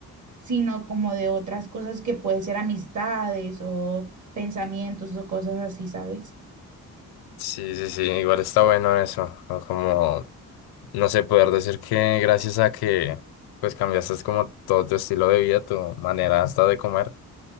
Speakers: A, on the right (about 50°); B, on the left (about 85°).
A: sino como de otras cosas que puede ser amistades o pensamientos o cosas así, ¿sabes?
B: Sí, sí, sí, igual está bueno eso, ¿no? Como, no sé, poder decir que gracias a que, pues, cambiaste como todo tu estilo de vida, tu manera hasta de comer,